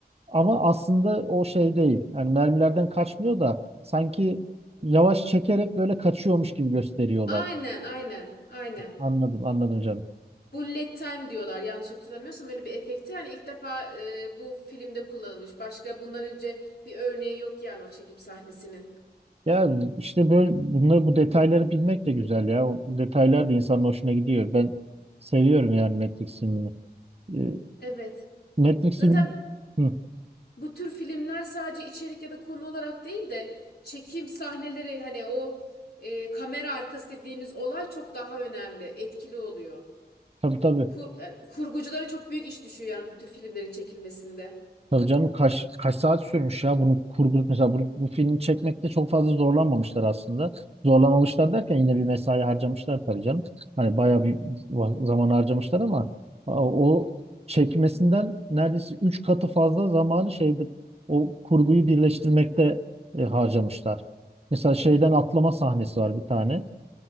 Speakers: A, on the right; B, on the left.
A: Ama aslında o şey değil. Yani mermilerden kaçmıyor da sanki yavaş çekerek böyle kaçıyormuş gibi gösteriyorlar.
B: aynen aynen aynen.
A: Anladım anladım canım.
B: Bullet time diyorlar yanlış hatırlamıyorsam öyle bir efekti. Yani ilk defa e, bu filmde kullanılmış. Başka bundan önce bir örneği yok yani o çekim sahnesinin.
A: Ya işte böyle bunları bu detayları bilmek de güzel ya. O detaylar da insanın hoşuna gidiyor. Ben seviyorum yani Matrix filmini. Ee,
B: Evet.
A: Matrix
B: Zaten
A: filmi Hı,
B: Bu tür filmler sadece içerik ya da konu olarak değil de çekim sahneleri hani o e, kamera arkası dediğimiz olay çok daha önemli, etkili oluyor.
A: tabii tabii.
B: Kur- yani kurguculara çok büyük iş düşüyor yani bu tür filmlerin çekilmesinde.
A: Tabii canım kaç, kaç saat sürmüş ya bunu kurgu mesela bu, bu filmi çekmekte çok fazla zorlanmamışlar aslında. Zorlamamışlar derken yine bir mesai harcamışlar tabii canım. Hani bayağı bir va- zaman harcamışlar ama a, o çekmesinden neredeyse 3 katı fazla zamanı şeyde o kurguyu birleştirmekte e, harcamışlar. Mesela şeyden atlama sahnesi var bir tane.